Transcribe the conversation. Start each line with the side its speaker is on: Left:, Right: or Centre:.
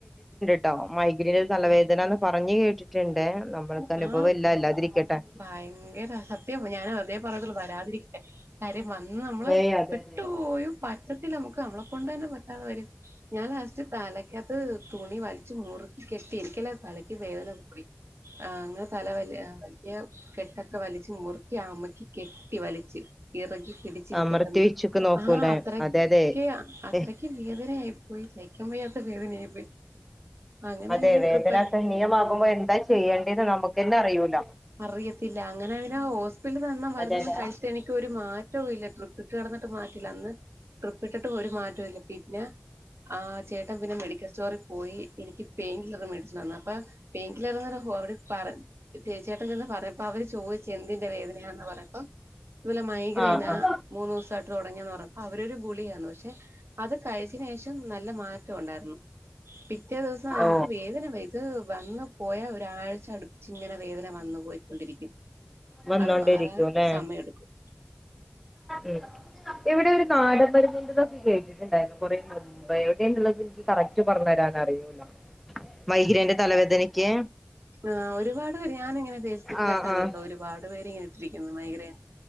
Centre: ണ്ടൊ മൈഗ്രീൻ ഒരു തലവേദനന്ന് പറഞ്ഞഞ് കേട്ടിട്ടു ണ്ട്. നമ്മൾക്ക് അനുഭവം
Right: ആ
Centre: ഇല്ല ല്ലാതിരിക്കട്ടെ?
Right: ഭയങ്കര സത്യം, ഞാൻ അതേ പറയുന്നുള്ള വരാതിരിക്കട്ടെ, കാര്യം വന്ന് നമ്മള്
Centre: ഏയ് അതെ
Right: ട്ടു
Centre: അതെ
Right: പോ പറ്റത്തില്ല. നമുക്ക് നമ്മളെ കൊണ്ട് തന്നെ പറ്റാതെ വരും. ഞാൻ, ലാസ്റ്റ് തലക്കത് തുണി വലിച്ച് മുറുക്കി കെട്ടി. ഇരിക്കല തലയ്ക്ക് വേദന കൂടി. ആഹ്, അങ്ങനെ തല വല വല്യ കെട്ടൊക്കെ വലിച്ച് മുറുക്കി ആമക്കി കെട്ടി വലിച്ച് ഇറകി പിടിച്ചിരിക്കട്ടെന്ന്
Centre: അമർത്തി വെച്ചൊക്കെ നോക്കൂലേ
Right: ആഹ് അത്രക്കെ
Centre: അതെ അതെ
Right: അ അത്രക്ക് വേദനയായി പോയി സയ്ക്കാൻ വയ്യാത്ത വേദനയായി പോയി അങ്ങനെ
Centre: അതെ
Right: പിന്നെ
Centre: വേദന
Right: ട്രിപ്പ്
Centre: സഹനീയമാകുമ്പോ എന്താ ചെയ്യേണ്ടന്ന് നമുക്കന്നെ അറിയൂല
Right: അറിയത്തില്ല അങ്ങനെ പിന്നെ ഹോസ്പിറ്റൽ തന്ന മരുന്നൊന്നും
Centre: അതെതാ
Right: കഴിച്ട്ട് എനിക്കരു മാ റ്റവും ഇല്ല ട്രീപ്പ്ട്ട്കെട്ന്നിട്ട് മാറ്റില്ല അന്ന് ട്രിപ്പ് ഇട്ട്ട്ടും ഒരു മാറ്റൊ ഇല്ല പിന്നെ ആഹ് ചേട്ടൻ പിന്നെ മെഡിക്കൽ സ്റ്റോറിൽ പോയി എനിക്ക് പെയിൻകില്ലറ് ‌ മോടിച്ച് തന്നപ്പോ പേങ്കില്ലറെ നേരം ഹോ വിട്പറ ചേട്ടൻ ചെന്ന് പറഞപ്പൊ അവര് ചോദിച്ച് എന്തിന്റെ വേദനയാന്ന് പറഞപ്പം ഇതുപോലെ മൈഗ്രെനാ
Centre: ആഹ് ആഹ്
Right: മൂന്നൂസായിട്ട് തുടങ്ങിയന്ന് പറഞപ്പോ അവരു ഗുളിക തന്നു പക്ഷെ അത് കഴിച്ചന് ശേഷം നല്ല മാറ്റം ഉണ്ടായിരുന്നു പിറ്റേ ദിവസം നമുക്ക്
Centre: ഓ
Right: വേദന വെരു ത് വന്ന് പോയാ ഒരാഴ്ച അടുപ്പിച്ച് ഇങ്ങനെ വേദന വന്ന് പോയിക്കൊണ്ടിരിക്കും
Centre: വന്നോണ്ടിരിക്കൂല്ലേ
Right: അത് മാറാൻ ഒരുസമയം എടുക്കും
Centre: ഉം എവിടെഒരു നാടൻ മരുന്നിന്റെതൊക്കെ കേട്ടിട്ടുണ്ടായിരുന്നു കൊറെമു എവിടെന്ന് ള്ളത് ന്ന് നിക്ക് കറക്റ്റ് പറഞ്ഞ് തരാൻ അറിയൂല്ല മൈഗ്രിന്റെ തലവേദനയ്ക്ക്
Right: ആഹ് ഒരുപാട് പേര് ഞാൻ ഇങ്ങനെ ഫേസ്ബുക്കിലൊക്കെ
Centre: ആഹ്
Right: കണ്ട്ട്ട
Centre: ആഹ്
Right: ഒരുപാട് പേര് ഇങ്ങനെ രിക്കുന്ന് മൈഗ്രൻ